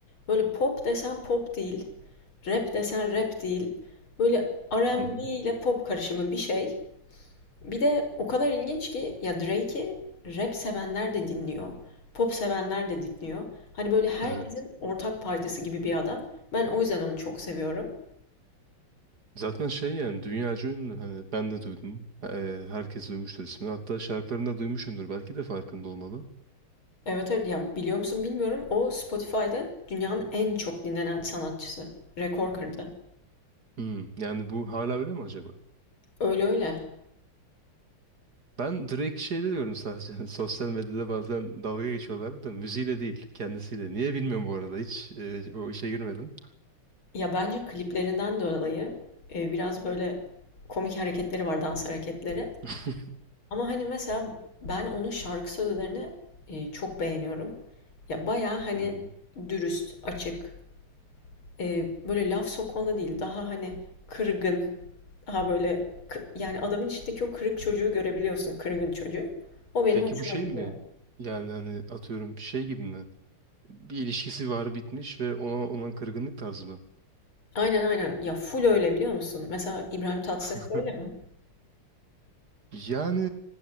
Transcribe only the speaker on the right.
Hı hı.
Evet.
Zaten şey yani dünyaca ünlü. Hani ben de duydum. Ee, herkes duymuştur ismini. Hatta şarkılarını da duymuşsundur. Belki de farkında olmalı.
Hmm. Yani bu hala öyle mi acaba?
Ben Drake şeyde diyorum sadece. <laughs> Sosyal medyada bazen dalga geçiyorlardı da müziğiyle değil. Kendisiyle. Niye bilmiyorum bu arada. Hiç e, o işe girmedim.
<laughs>
Hı hı.
Peki
bu şey
mi? Yani hani atıyorum şey gibi mi? Bir ilişkisi var bitmiş ve ona olan kırgınlık tarzı mı?
<laughs>
Yani